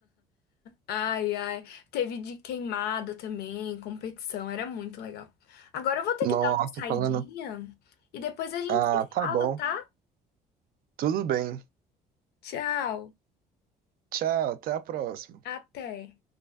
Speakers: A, on the left; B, on the right.
A: Ai, ai. Teve de queimada também, competição, era muito legal. Agora eu vou ter
B: Nossa,
A: que dar uma saidinha
B: falando.
A: e depois a gente
B: Ah,
A: se
B: tá
A: fala,
B: bom.
A: tá?
B: Tudo bem.
A: Tchau,
B: Tchau, até a próxima.
A: até.